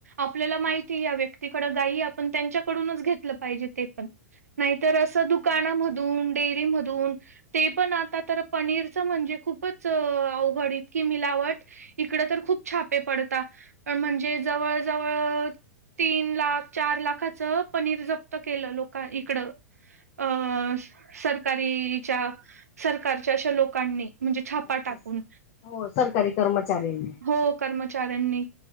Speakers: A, on the right; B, on the left.
A: आपल्याला माहिती या व्यक्तीकड गाई आपण त्यांच्याकडूनच घेतलं पाहिजे ते पण. नाहीतर असं दुकानामधून, डेअरीमधून ते पण आता तर पनीरचं म्हणजे खूपच अ आवघड इतकी मिलावट. इकडं तर खूप छापे पडता अ म्हणजे जवळ जवळ तीन लाख, चार लाखाचं पनीर जप्त केलं लोका इकडं. अ.. सरकारी.. इ.. च्या सरकारच्या अशा लोकांनी. म्हणजे छापा
B: अच्छाच
A: टाकून.
B: हो सरकारी कर्मचारींनी ‌
A: हो कर्मचाऱ्यांनी.